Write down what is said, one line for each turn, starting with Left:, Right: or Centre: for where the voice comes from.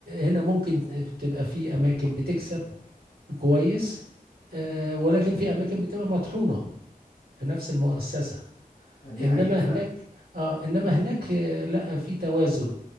Right: هنا ممكن تبقى في اماكن بتكسب كويس آه، ولكن في اماكن بتبقى مطحونه في نفس المؤسسه
Left: دي
Right: انما
Left: حقيقه فعلا
Right: هناك اه انما هناك آه، لا في توازن